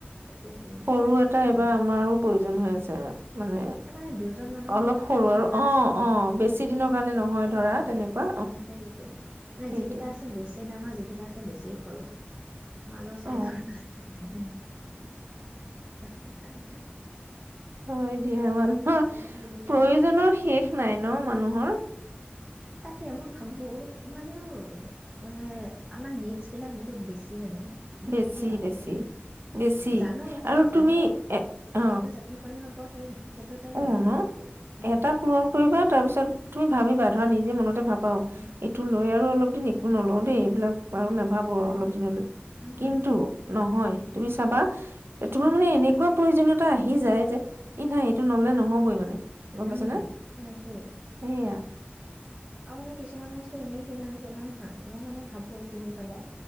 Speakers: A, on the right (about 25°); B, on the right (about 70°).
A: ততিয়ে কিনিম
B: সৰু
A: তেতিয়া বহুত
B: এটা
A: ভালো
B: এইবাৰ
A: হয়
B: আমাৰো প্ৰয়োজন হৈ আছে মানে
A: মানে দুজন মানুহৰ
B: অলপ
A: কাৰণে
B: সৰু আৰু
A: বা অ অকমান
B: বেছি
A: ইপিন
B: দিনৰ
A: সিপিন
B: কাৰণে
A: যাবলৈ
B: নহয় ধৰা
A: অ
B: তেনেকুৱা
A: অ সেইটোয় মানে
B: সেইটো
A: যিকেইটা আছে বেছিয় ডাঙৰ যিকেইটা আছে বেছি সৰু মাজ চাইজ
B: অ
A: ন মানে
B: হয় দিয়া মানুহৰ
A: অনলাইন
B: প্ৰয়োজনৰ
A: বুলিলে আৰু
B: শেষ নাই ন মানুহৰ <inaudible>
A: তাকে মই ভাবোঁ ইমানো মানে আমাৰ নিডছবিলাক বহুত বেছি মানে। দেখিলেই
B: বেছি
A: লাগে
B: বেছি বেছি
A: জানো
B: আৰু
A: জানো
B: তুমি এ অ
A: সেইটো জানি শুনিও আকৌ সেই সেইটোতে
B: অ
A: লাগে
B: ন
A: মনটো উম
B: এটা পূৰণ কৰিবা তাৰপিছত তুমি ভাবিবা ধৰা নিজে মনতে ভাবা
A: উম
B: এইটো লৈ আৰু অলপ দিন একো নলও দেই। এই বিলাক বাৰু
A: উম
B: নাভাবো
A: উম
B: অলপ দিনলৈ
A: উম
B: কিন্তু নহয়। তুমি চাবা তোমাৰ মানে এনেকোৱা প্ৰয়োজনীয়তা আহি যায় যে ই নাই টো নলে নহ'বই মানে গম পাইছে
A: উম
B: নে?
A: লাগেই
B: সেইয়া।
A: আৰু মানে কিছুমান বস্তু এনেই কিনা নিছিল হয়। মই মানে ভাবো কিনি পেলাই